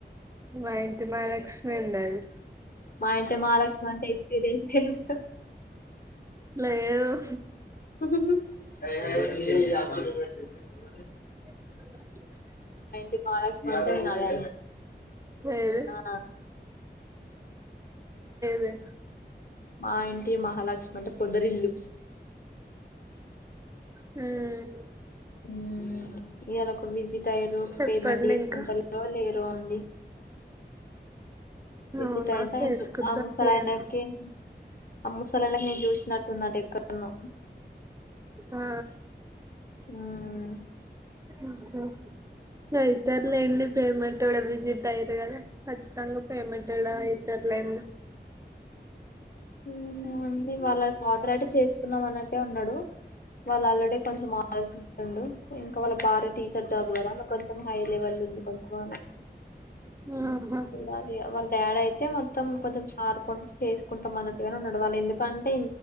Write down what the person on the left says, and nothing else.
మా ఇంటి మహాలక్ష్మి అంటే ఏం సీరియల్ తెలుసా
పోదరి <inaudible>
ఏంటి మహలక్ష్మి అర్థం కాలే <inaudible>
ఆ
మా ఇంటి మహాలక్ష్మి అంటే పొదరిల్లు
హ్మ్ ఇయాల ఒక విజిట్ అయ్యిరు
పేమెంట్ చేసుకుంటలో
లే నో అండి విజిట్
అయితే
అయిరు ఆ ముసాలాయానకి
ఆ ముసాలానకి నేను చు చుసినట్టుందట ఎక్కడనో
హ్మ్
ఏమో అండి వలా ఫాదరేట్ చేసుకుందాం అన్నట్టే ఉన్నాడు వాళ్ళు ఆల్రెడీ కొంచెం <unintelligible> ఇంకా వాళ్ళ భార్య టీచర్ జాబ్ కదా ఆమె కొంచెం హై లెవెల్ ఉంది కొంచం వల్లే
చూడాలి ఇగ వాళ్ళ డాడ్ అయి అయితే మొత్తం కొంచెం చారు కొన్ తేసుకొన్ మొనటిగానే నాడవాలి ఎందుకంటే,